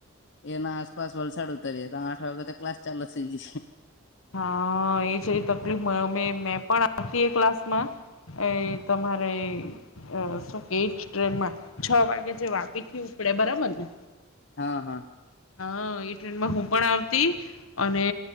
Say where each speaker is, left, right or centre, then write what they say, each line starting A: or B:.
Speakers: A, on the left (about 60°); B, on the left (about 80°).
A: એના આસપાસ વલસાડ ઉતરીયે તો આઠ વાગે તો ક્લાસ ચાલુ થઈ જા છે.
B: હા એ છે તકલીફ મળ અમે મે પણતી એ ક્લાસ માં? એ તમારે અ શોકે એજ ટ્રેનમાં છ વાગે જે વાપી થી ઉપડે બરાબર ને?
A: હા હા.
B: હા એ ટ્રેનમાં હું પણ આવતી અને